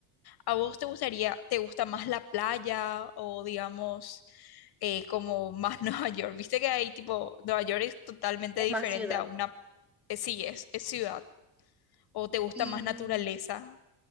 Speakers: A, on the left (about 50°); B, in the centre.
A: ¿A vos te gustaría, te gusta más la playa o digamos eh, como más <laughs> Nueva York? Viste que ahí tipo, Nueva York es totalmente
B: Es
A: diferente
B: más ciudad.
A: a una, eh, sí, es, es ciudad. ¿O te gusta
B: y
A: más naturaleza?